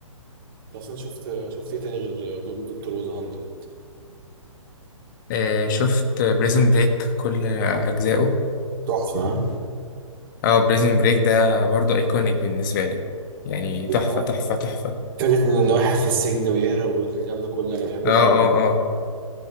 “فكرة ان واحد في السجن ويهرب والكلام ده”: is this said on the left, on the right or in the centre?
Right